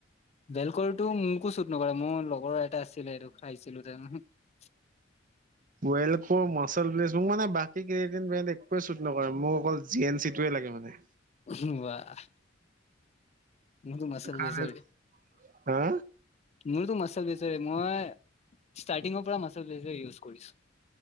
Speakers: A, on the left; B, on the right.
A: বেলকৰটো মোকো শুট নকৰে মোৰ লগৰ এটা আছিলে সেইটো খাইছিলো ত <unintelligible>
B: ৱল কৰ মাচেল প্লেচ মোক মানে বাকী কেইদিন ব্ৰেণ্ড একোৱে চুত নকৰে। মোক অকল জি এন চি টোৱে লাগে। কিয় মানে
A: উহুম ৱাহ মো মাচল
B: কাৰণে
A: প্লেচৰ
B: হা
A: মোৰত টো মাচল প্লেচৰে মই ষ্টাৰ্টিং পৰা মাচল প্লেচৰ ইউজ কৰিছোঁ।